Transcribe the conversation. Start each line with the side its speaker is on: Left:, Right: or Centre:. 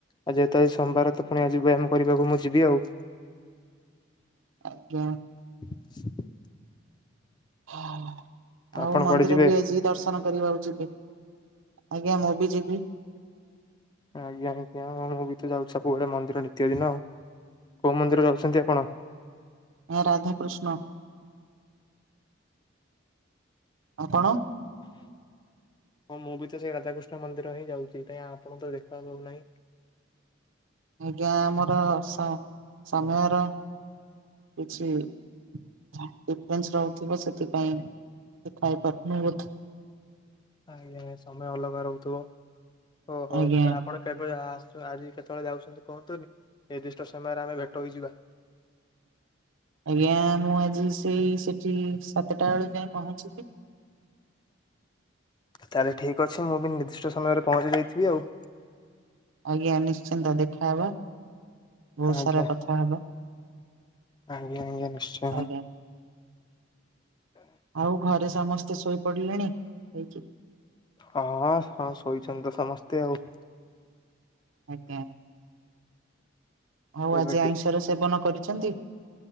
Left: ଆ ଯେହେତୁ ସୋମବାର ତ ପୁଣି ଆଜି ବ୍ୟାୟମ କରିବାକୁ ମୁଁ ଯିବି ଆଉ।
Right: ଆଜ୍ଞା।
Left: <inaudible>
Right: ଆଉ
Left: ଆପଣ
Right: ମନ୍ଦିର
Left: କୁଆଡେ ଯିବେ?
Right: ବି ଆଜି ଦର୍ଶନ କରିବାକୁ ଯିବି ଆଜ୍ଞା ମୁଁ ବି ଯିବି।
Left: ଆଜ୍ଞା ଆଜ୍ଞା ମୁଁ ବି ତ ଯାଉଛି ସବୁବେଳେ ମନ୍ଦିର ନିତ୍ୟ ଦିନ ଆଉ। କୋଉ ମନ୍ଦିର ଯାଉଛନ୍ତି ଆପଣ?
Right: ଆଁ ରାଧାକୃଷ୍ଣ। ଆପଣ? <inaudible>
Left: ହଁ ମୁଁ ବି ତ ସେଇ ରାଧାକୃଷ୍ଣ ମନ୍ଦିର ହିଁ ଯାଉଛି। କାହିଁ ଆପଣଙ୍କ ତ ଦେଖା ମିଳୁ ନାହିଁ?
Right: ଆଜ୍ଞା ଆମର ସ-ସମୟର କିଛି ଡିଫରେନ୍ସ ରହୁଥିବ ସେଥିପାଇଁ ଦେଖା ହେଇ ପାରୁନି ବୋଧେ।
Left: ଆଜ୍ଞା ଆଜ୍ଞା, ସମୟ ଅଲଗା ରହୁଥିବ ଓହୋଃ।
Right: ଆଜ୍ଞା
Left: ଆପଣ କେବେ ଆସ ଆଜି କେତେବେଳେ ଯାଉଛନ୍ତି କୁହନ୍ତୁନି ନିର୍ଦ୍ଦିଷ୍ଟ ସମୟରେ ଆମେ ଭେଟ ହୋଇଯିବା।
Right: ଆଜ୍ଞା ମୁଁ ଆଜି ସେଇ ସେଠି ସାତଟା ବେଳକୁ ଯାଇ ପହଞ୍ଚିବି।
Left: ତାହେଲେ ଠିକ ଅଛି ମୁଁ ବି ନିର୍ଦ୍ଦିଷ୍ଟ ସମୟରେ ପହଞ୍ଚି ଯାଇଥିବି ଆଉ।
Right: ଆଜ୍ଞା ନିଶ୍ଚିନ୍ତ ଦେଖାହବା। ବହୁତ
Left: ଆଜ୍ଞା
Right: ସାରା କଥା ହବା
Left: ଆଜ୍ଞା ଆଜ୍ଞା ନିଶ୍ଚୟ
Right: ଆଜ୍ଞା। ଆଉ ଘରେ ସମସ୍ତେ ଶୋଇ ପଡିଲେଣି ଖାଇକି?
Left: ହଁ ହଁ ଶୋଇଛନ୍ତି ତ ସମସ୍ତେ ଆଉ।
Right: ଆଜ୍ଞା। ଆଉ ଆଜି
Left: ଏବେଟି
Right: ଆଇଁଷର ସେବନ କରିଛନ୍ତି।